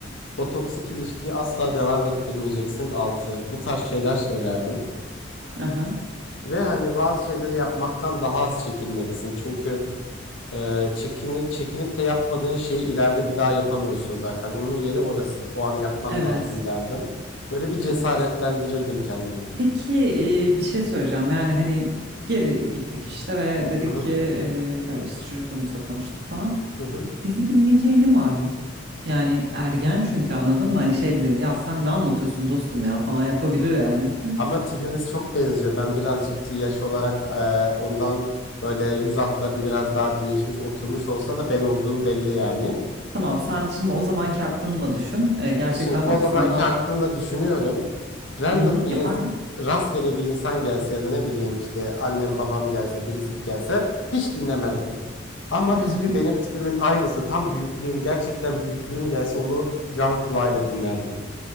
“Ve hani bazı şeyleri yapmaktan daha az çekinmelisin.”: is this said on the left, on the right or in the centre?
Left